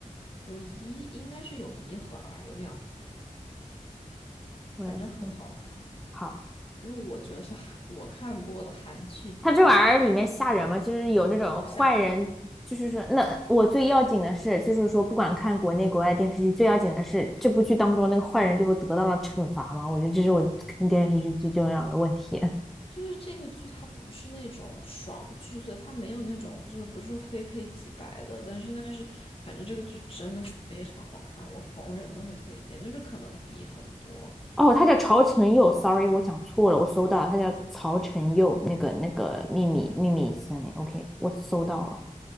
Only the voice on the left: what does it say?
有一应该是有一和二，有两部，
反正很好看，
就是我觉得是韩我看过的韩剧巅峰，
不吓人。
就是这个剧，它不是那种爽剧，所以它没有那种就是不是说非黑即白的，但是但是反正这个剧真的是非常好看，我逢人都会推荐，就是可能比很多